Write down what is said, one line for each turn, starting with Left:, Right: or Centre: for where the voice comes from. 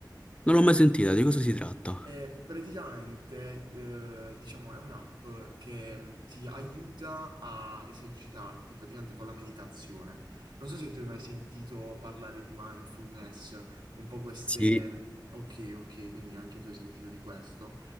Left: Non l'ho mai sentita, di cosa si tratta?
Right: Eh, praticamente, eh, diciamo, è un'app che mh, ti aiuta a esercitarti praticamente con la meditazione. Non so se tu hai mai sentito parlare di mindfulness, un po' queste...
Left: Sì,
Right: mhmm, Ok, ok, quindi anche tu hai sentito di questo.